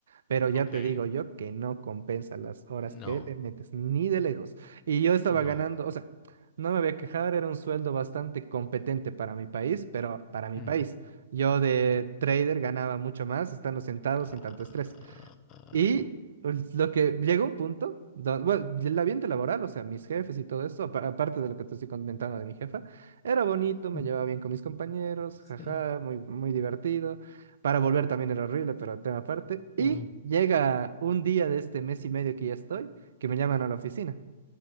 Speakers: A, on the right; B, on the left.
A: Pero ya
B: Ok.
A: te digo yo que no compensa las horas
B: No,
A: que le metes, ni de lejos. Y yo estaba
B: no.
A: ganando, o sea, no me voy a quejar, era un sueldo bastante competente para mi país, pero para mi
B: Ujú,
A: país. Yo de trader ganaba mucho más estando sentado
B: Claro.
A: sin tanto estrés. Y pues, lo que llegó un punto, don- bueno, el ambiente laboral, o sea, mis jefes y todo esto, apa- aparte de lo que te estoy comentando de mi jefa, era bonito, me
B: Ah,
A: llevaba bien con mis compañeros,
B: Sí.
A: jaja, muy, muy divertido. Para volver también era horrible, pero tema aparte. Y
B: Mm,
A: llega un día de este mes y medio que ya estoy, que me llaman a la oficina